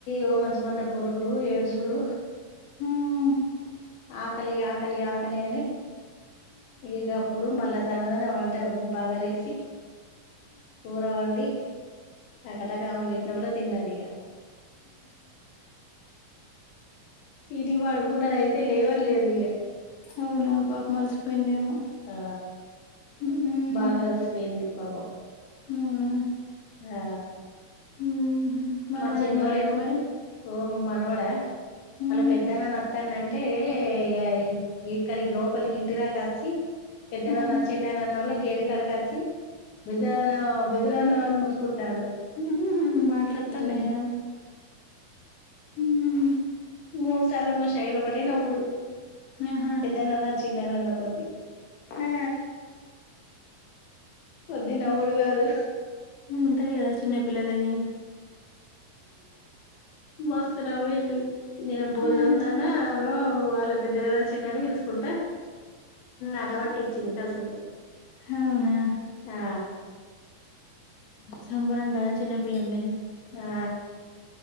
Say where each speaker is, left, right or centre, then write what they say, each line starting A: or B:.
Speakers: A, on the left (about 80°); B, on the left (about 55°).
A: ఓ మంచమంత బొర్రుడు ఏడుసుడు
B: ఆహా!
A: ఆకలి ఆకలి ఆకలి అని ఇగప్పుడు మళ్ళా దనదన వంట బగారేసి కూరవండి టకటక ఆమెకు వెట్టినోల్లే తిన్నది ఇగ తిరిగి పడుకున్నది అయితే లేవనే లేదు ఇగ
B: అవునా పాపం అలిసిపోయిందేమో
A: ఆ
B: హమ్
A: బాగా అలసిపోయింది పాపం
B: అవునా
A: ఆ
B: మ్మ్. మనవాడు
A: మా చిన్నోడేమో
B: ఏమనలేదా మరి
A: ఓ మనవడా
B: మ్మ్.
A: అలా పెద్దనన్న అత్తండంటే అంటే ఇగ ఇక్కడి లోపలికి ఇంటిదాక వచ్చి పెద్దనన్న
B: మ్మ్.
A: వచ్చిందన్నవోల్లె గేటు కాడావొచ్చి పెద్దనాన్న పెద్దనాన్న అని మోత్ కుంటాడు
B: మ్మ్. మాట్లాడుతున్నాయా
A: హ్మ్
B: మ్మ్.
A: మూడు సార్లు మా శైలు ఒకటే నవ్వుడు
B: ఆహా
A: పెద్దనన్న చిన్ననన్న కొద్దీ
B: ఆ
A: కొద్ది నవ్వుడు కాదు
B: ఉంటది కదా చిన్న పిల్లలది
A: మస్తు నవ్విండు నేను బోల్దా
B: ఆ.
A: తన్నా ఓ వాళ్ళ పెద్దరా చిన్నని పిలుసుకుంటా ఆట పట్టి ఇచ్చింది కాసేపు
B: అవునా
A: ఆ
B: సంబరం కదా చిన్నపిల్లల్ని
A: ఆ